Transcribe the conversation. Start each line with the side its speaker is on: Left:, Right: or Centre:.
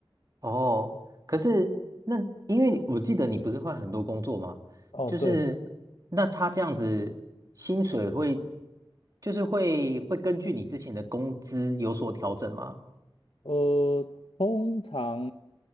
Right: 哦，可是那因为我记得你不是换很多工作吗？
Left: 哦，
Right: 就是那他这样子薪水会
Left: 对，
Right: 就是会会根据你之前的工资有所调整吗？
Left: 呃，通常